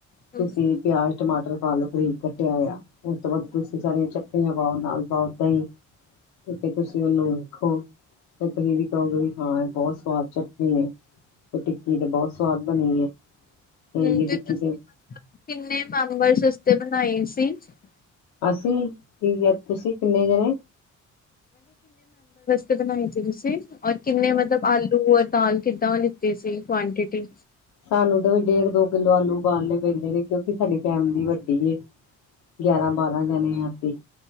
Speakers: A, on the left; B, on the left.
A: ਹੂੰ।
B: ਤੁਸੀ ਪਿਆਜ ਟਮਾਟਰ ਪਾ ਲਓ ਪਨੀਰ ਕੱਟਿਆਂ ਆਇਆ। ਉਹ ਤਾਂ ਬਸ ਤੁਸੀਂ ਸਾਰੇ। ਧਨੀਆ ਪਾਓ ਨਾਲ ਪਾਓ ਦਹੀ ਤੇ ਫਿਰ ਤੁਸੀਂ ਉਹਨੂੰ ਵੇਖੋ ਫੇਰ ਤੁਸੀਂ ਵੀ ਕਹੋਗੇ ਵੀ ਹਾਂ ਇਹ ਬਹੁਤ ਸਵਾਦ ਚਟਣੀ ਹੈ। ਤੇ ਟਿੱਕੀ ਤੇ ਬਹੁਤ ਸਵਾਦ ਬਣੀ ਹੈ। ਸੇਮ
A: ਹੂੰ
B: ਦੀ
A: ਤੇ
B: ਟਿੱਕੀ
A: ਤੁਸੀਂ ਮਤਲਬ ਕਿੰਨੇ ਮੈਂਬਰ ਵਾਸਤੇ ਬਣਾਏ ਸੀ। ਅੱਛਾ। <unintelligible>
B: ਅਸੀਂ। ਕੀ ਕਿਹਾ ਤੁਸੀਂ ਕਿੰਨੇ ਜਾਣੇ?
A: ਤੇ ਬਣਾਏ ਸੀ ਤੁਸੀਂ। ਔਰ ਕਿੰਨੇ ਮਤਲਬ ਆਲੂ ਔਰ ਦਾਲ? ਕਿੱਦਾਂ ਲਈ ਸੀ ਕੁਆਂਟਿਟੀ।
B: ਸਾਨੂੰ ਤਾਂ ਡੇਢ ਦੋ ਕਿੱਲੋ ਆਲੂ ਉਵਾਲੇ ਪਾਲਣੇ ਪੈਂਦੇ ਨੇ ਕਿਉਂਕਿ ਸਾਡੀ ਫੈਮਿਲੀ ਵੱਡੀ ਹੈ। <unintelligible> ਗਿਆਰਾਂ ਬਾਰਾਂ ਜਾਣੇ ਹਾਂ ਅਸੀਂ